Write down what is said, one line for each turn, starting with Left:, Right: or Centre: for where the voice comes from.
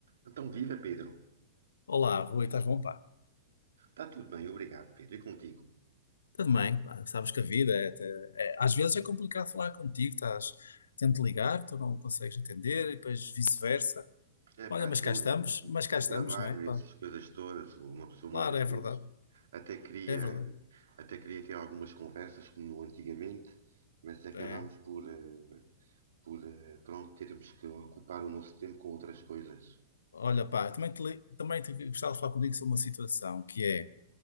Right: Então, viva Pedro.
Left: Olá, Rui, estás bom, pá?
Right: Está tudo bem, obrigado, Pedro. E contigo?
Left: Tudo bem, pá. Sabes que a vida é, até- é- às vezes é complicado falar contigo, estás, tento ligar, tu não consegues atender e depois vice-versa.
Right: É
Left: Olha,
Right: pá,
Left: mas cá
Right: eu,
Left: estamos, mas cá
Right: o
Left: estamos,
Right: trabalho,
Left: não é, pá?
Right: e essas coisas todas, uma pessoa muitas
Left: Claro, é
Right: vezes
Left: verdade,
Right: até queria,
Left: é verdade.
Right: até queria ter algumas conversas como no antigamente, mas acabámos
Left: É.
Right: por, eh, por eh, pronto, termos que ocupar o nosso tempo com outras coisas.
Left: Olha, pá, também te, li- também te gostava de falar contigo sobre uma situação que é,